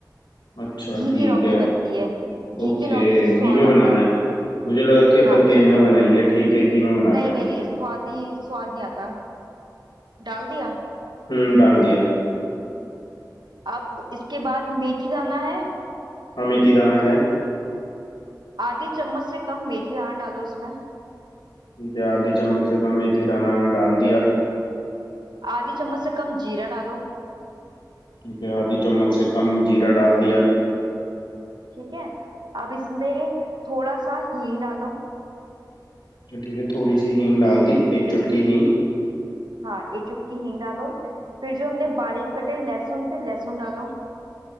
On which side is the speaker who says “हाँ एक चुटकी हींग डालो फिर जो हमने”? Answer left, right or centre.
Right